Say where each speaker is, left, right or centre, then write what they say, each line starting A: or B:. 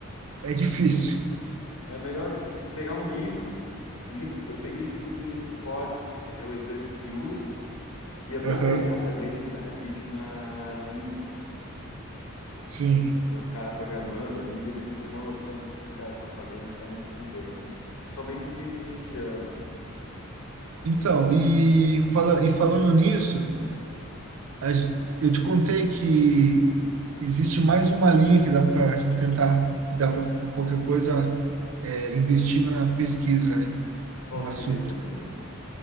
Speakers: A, on the right (about 75°); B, on the left (about 70°).
A: é difícil.
B: É melhor li- tem que pegar um livro. Um livro que tem- eu peguei esse livro, ele tem códigos, entendeu? Então ele esmiuça. E é bom
A: Aham,
B: pegar também, cara, vídeo na, no YouTube.
A: sim.
B: Tem uns caras programando ali, daí você tem uma noção do que, que os caras estão fazendo, e os caras ensinam bem. Principalmente em vídeo de indiano.
A: Então, e, fala, e falando nisso, a gen- eu te contei que existe mais uma linha que dá para a gente tentar, que dá para qualquer coisa é, investir na pesquisa, né?
B: Qual
A: Um
B: seria
A: assunto.
B: essa linha?